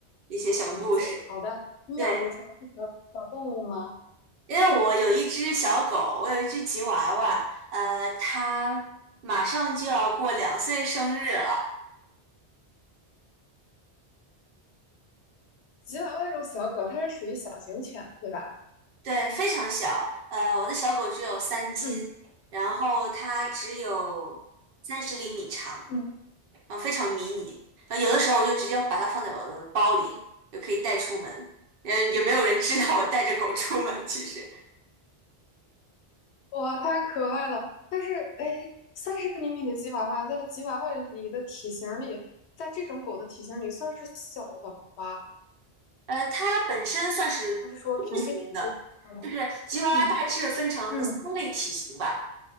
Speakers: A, on the right; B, on the left.
A: 一些小故事。
B: 呃理解。好的，你养过什么小小动物吗？
A: 对，因为我有一只小狗，
B: 嗯，
A: 我有一只吉娃娃，呃，它马上就要过两岁生日了，
B: 吉娃娃这种小狗，它是属于小型犬，对吧？
A: 对，非常小。呃，我的小狗只有三斤，
B: 嗯
A: 然后它只有三十厘米长。
B: 嗯，
A: 然后非常迷你。然后有的时候我就直接把它放在我的包里，就可以带出门。呃，也没有人知道我带着狗出门。其实，
B: 哇，太可爱了！但是，哎，三十厘米的吉娃娃在吉娃娃里的体型儿里，在这种狗的体型儿里算是小的吧？
A: 呃，它本身算是多型的，
B: 还是说平均？嗯
A: 就是吉娃娃大致分成三类体型吧。
B: 嗯嗯